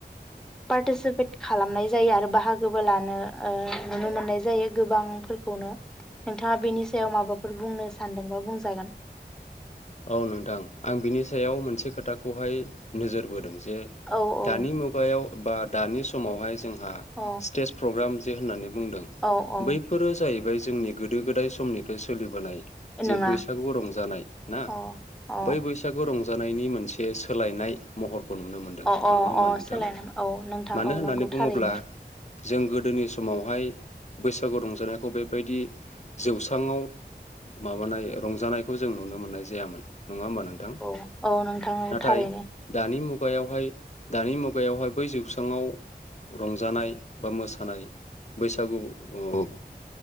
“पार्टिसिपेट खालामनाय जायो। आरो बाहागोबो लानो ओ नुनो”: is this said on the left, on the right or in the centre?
Centre